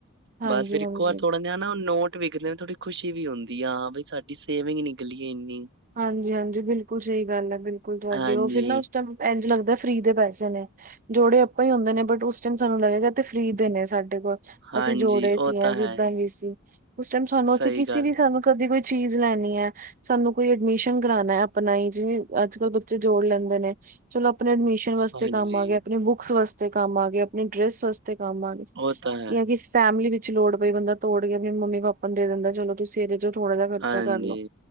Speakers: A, on the right; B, on the right.
A: ਹਾਂਜੀ,
B: ਬਸ ਫਿਰ
A: ਹਾਂਜੀ।
B: ਇੱਕੋ ਵਾਰ ਥੋੜਾ ਨਾ ਨੋਟ ਵਿਕਦੇ ਥੋੜੀ ਖੁਸ਼ੀ ਵੀ ਹੁੰਦੀ ਆ ਵੀ ਹਾਂ ਸਾਡੀ ਸੇਵਿੰਗ ਨਿਕਲੀਏ ਇੰਨੀ
A: ਹਾਂਜੀ ਹਾਂਜੀ, ਬਿਲਕੁਲ ਸਹੀ ਗੱਲ ਐ ਬਿਲਕੁਲ ਤੁਹਾਡੀ
B: ਹਾਂਜੀ
A: ਉਹ ਫਿਰ ਨਾ ਉਸ ਟਮ ਇੰਝ ਲੱਗਦਾ ਫਰੀ ਦੇ ਪੈਸੇ ਨੇ ਜੋੜੇ ਆਪਾਂ ਹੀ ਹੁੰਦੇ ਨੇ ਬਟ ਉਸ ਟਾਈਮ ਸਾਨੂੰ ਲੱਗੇਗਾ ਤੇ ਫ੍ਰਰੀ ਦੇ ਨੇ ਸਾਡੇ ਕੋਲ
B: ਹਾਂਜੀ
A: ਅਸੀਂ ਜੋੜੇ
B: ਉਹ
A: ਸੀ ਜਾਂ
B: ਤਾਂ
A: ਜਿੱਦਾਂ
B: ਹੈ
A: ਵੀ ਸੀ ਉਸ ਟਾਈਮ ਸਾਨੂੰ
B: ਸਹੀ
A: ਅਸੀਂ ਕਿਸੇ
B: ਗੱਲ
A: ਵੀ ਸਾਨੂੰ
B: ਹੈ।
A: ਕਦੇ ਕੋਈ ਚੀਜ਼ ਲੈਣੀ ਐ ਸਾਨੂੰ ਕੋਈ ਐਡਮਿਸ਼ਨ ਕਰਾਣਾ ਆਪਣਾ ਹੀ ਜਿਵੇਂ ਅੱਜ ਕੱਲ੍ਹ ਬੱਚੇ ਜੋੜ ਲੈਂਦੇ ਨੇ ਚਲੋ ਆਪਣੀ ਐਡਮਿਸ਼ਨ ਵਾਸਤੇ
B: ਹਾਂਜੀ
A: ਕੰਮ ਆ ਗਏ ਆਪਣੇ ਬੁੱਕਸ ਵਾਸਤੇ ਕੰਮ ਆ ਗਏ ਆਪਣੇ ਡਰੈਸ ਵਾਸਤੇ ਕੰਮ ਆ ਗਏ
B: ਉਹ ਤਾਂ ਹੈ
A: ਜਾਂ ਕਿ ਫੈਮਿਲੀ ਵਿੱਚ ਲੋੜ ਪਈ, ਬੰਦਾ ਤੋੜ ਗਿਆ ਵੀ, ਮੰਮੀ ਪਾਪਾ ਨੂੰ ਦੇ ਦਿੰਦਾ, ਚਲੋ ਤੁਸੀਂ ਇਹਦੇ ਚ ਥੋੜਾ ਜਿਹਾ ਖਰਚਾ
B: ਹਾਂਜੀ
A: ਕਰਲ ਲੋ,